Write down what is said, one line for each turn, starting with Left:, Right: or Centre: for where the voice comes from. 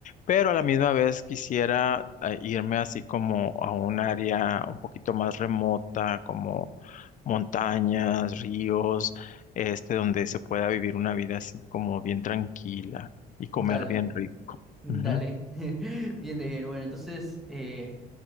Left: pero a la misma vez quisiera ah, irme así como a un área un poquito más remota, como montañas, ríos, este donde se pueda vivir una vida así como bien tranquila y comer
Centre: Dale,
Left: bien rico.
Centre: dale.
Left: Ujú.
Centre: <laughs> Bien de bien. Bueno, entonces eh,